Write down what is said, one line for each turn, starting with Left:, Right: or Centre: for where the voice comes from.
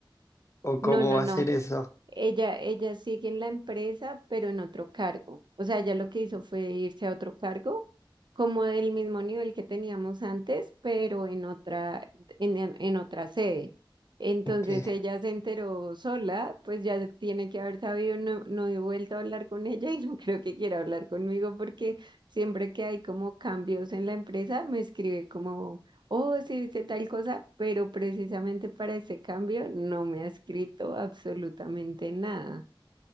Left: o
Right: No,
Left: cómo
Right: no,
Left: va
Right: no.
Left: a ser eso.
Right: Ella, ella sigue en la empresa, pero en otro cargo. O sea, ella lo que hizo fue irse a otro cargo, como del mismo nivel que teníamos antes, pero en otra, en, en en otra sede. Entonces
Left: que
Right: ella se enteró sola, pues ya se tiene que haber sabido, no, no he vuelto a hablar con <laughs> ella y no <laughs> creo que quiera hablar conmigo porque siempre que hay como cambios en la empresa me escribe como oh, sí, hice tal cosa, pero precisamente para ese cambio no me ha escrito absolutamente nada.